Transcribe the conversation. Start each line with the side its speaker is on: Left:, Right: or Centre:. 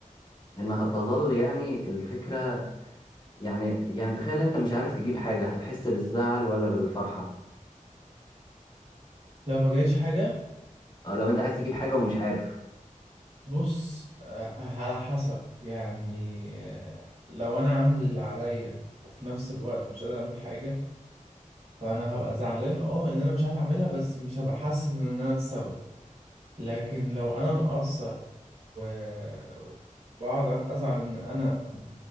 Left: انها تظل يعني الفكره يعني يعني تخيل انت مش عارف تجيب حاجة هتحس بالزعل ولا بالفرحة
Right: لو ما جاليش حاجة
Left: أو لو انت عايز تجيب حاجة ومش عارف
Right: بص آه، على حسب يعني آه، لو انا عامل اللي عليا وفي نفس الوقت مش قادر اعمل حاجه فانا هبقى زعلان اه ان انا مش عارف اعملها بس مش هبقى حاسس ان انا السبب لكن لو انا مقصر و- وبقعد ازعل ان انا